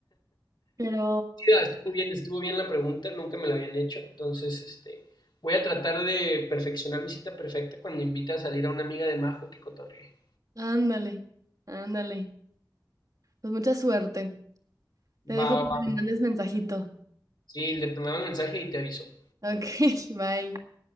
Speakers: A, on the right; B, on the left.
A: Pero,
B: Sí, no, estuvo bien, estuvo bien la pregunta, nunca me la habían hecho, entonces este, voy a tratar de perfeccionar mi cita perfecta cuando invite a salir a una amiga de Majo que cotorree.
A: ándale, ándale. Pues mucha suerte. Te dejo
B: Va, va,
A: para que
B: va.
A: me mandes mensajito.
B: Sí, le tomaba el mensaje y te aviso.
A: Ok, <laughs> bye.